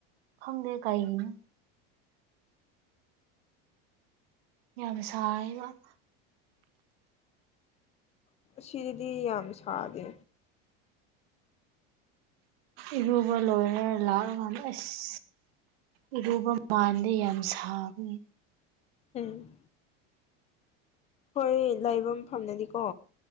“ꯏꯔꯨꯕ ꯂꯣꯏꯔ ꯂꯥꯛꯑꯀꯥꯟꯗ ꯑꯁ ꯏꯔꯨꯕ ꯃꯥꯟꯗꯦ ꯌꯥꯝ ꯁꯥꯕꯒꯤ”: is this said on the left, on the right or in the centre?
Right